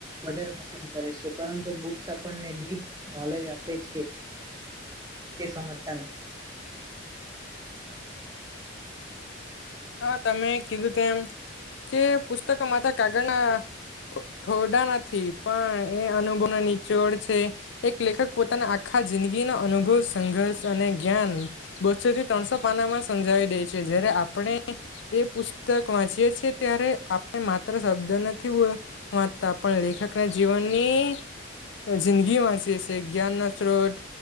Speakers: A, on the right (about 20°); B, on the left (about 70°).
A: વધારે પસંદ કરે છે. પરંતુ બુક્સ આપણને ડીપ નોલેજ આપે છે, તે સમજતા નથી.
B: હા, તમે કીધું તેમ કે પુસ્તકો માતા કાગળના થો-થોરડા નથી પણ એ અનુભવના નીચોળ છે. એક લેખક પોતાના આખા જિંદગીનો અનુભવ સંઘર્ષ અને જ્ઞાન બસો થી ત્રણસો પાનામાં સમજાવી દે છે. જ્યારે આપણે તે પુસ્તક વાંચીએ છીએ ત્યારે આપણે માત્ર શબ્દ નથી વો-વાંચતા પણ લેખકના જીવનની જિંદગી વાંચીએ છીએ. જ્ઞાન ના સ્ત્રોત